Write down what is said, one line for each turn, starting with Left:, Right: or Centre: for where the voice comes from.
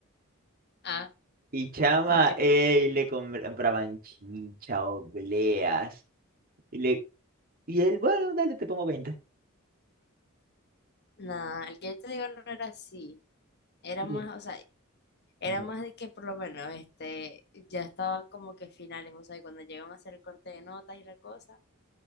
Left: Ah,
Right: Y chama,
Left: increíble.
Right: eh, le compraban chicha, obleas. Y, le, y él, bueno, dale, te pongo veinte
Left: Nah, el que yo te digo no era así. Era más,
Right: Y-
Left: o sea, era
Right: no,
Left: más de que por lo menos este ya estaba como que finales, o sea, y cuando llegan a hacer el corte de notas y la cosa.